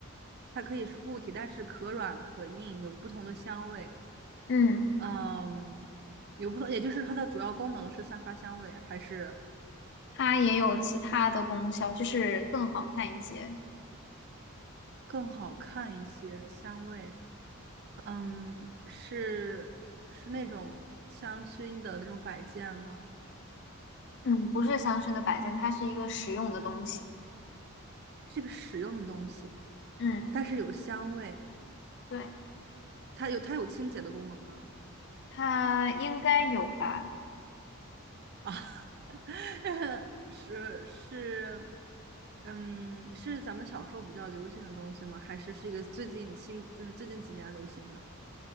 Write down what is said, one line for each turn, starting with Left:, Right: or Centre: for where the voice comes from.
Right: 它可以是固体，但是可软可硬，有不同的香味。
Left: 嗯，
Right: 嗯，有不同，也就是它的主要功能是散发香味，还是
Left: 它也有其他的功效，就是更好看一些。
Right: 更好看一些香味？嗯，是是那种香薰的那种摆件吗？
Left: 嗯，不是香薰的摆件，它是一个实用的东西。
Right: 是个实用的东西。
Left: 嗯，
Right: 但是有香味，
Left: 对，
Right: 它有它有清洁的功能吗？
Left: 它应该有吧。
Right: 啊，<laughs> 是是，嗯，是咱们小时候比较流行的东西吗？还是是一个最近新，就是最近几年流行的？